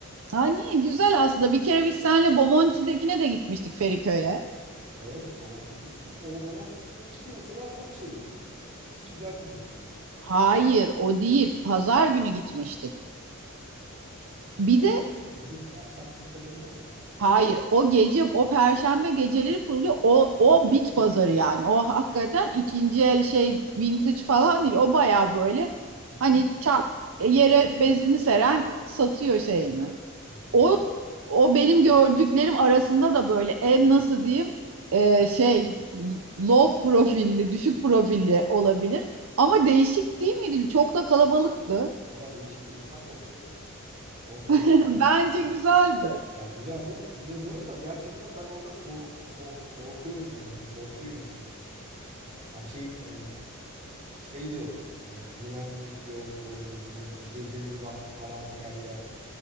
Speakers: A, on the right (about 65°); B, on the right (about 35°).
A: Ha, niye? Güzel aslında. Bir kere biz seninle Bomonti'dekine de gitmiştik Feriköy'e.
B: Evet Bomonti'ye gittik. O Bomonti'deki mesela çok şeydi. Hiç güzel değildi bence.
A: Hayır o değil. Pazar günü gitmiştik.
B: Bit
A: Bir
B: pazarı
A: de
B: dediği akşamki bit pazarı demiyor musun?
A: Hayır, o gece, o perşembe geceleri kuruluyor. O, o
B: Hı.
A: bit pazarı yani. O hakikaten ikinci el şey vintage falan değil. O baya böyle
B: Bit
A: hani
B: var.
A: çarp, yere
B: Bit var.
A: bezini seren satıyor şeyini.
B: Hı hı.
A: O, o benim gördüklerim arasında da böyle en nasıl diyeyim e, şey low profilli, düşük profilli olabilir. Ama değişik değil miydi? Çok da kalabalıktı.
B: Valla değişik de insan korkuyordu yani. Oradan
A: <laughs>
B: bir şey almak.
A: Bence güzeldi.
B: Ya güzel canım kötü demiyorum da gerçekten ben orada kork ko- korkuyorum yani hani korkuyor insan. Hani şey hani şey de yok. Hani güvenlik yok doğru düzgün işte gecenin bir vakti karanlık her yer.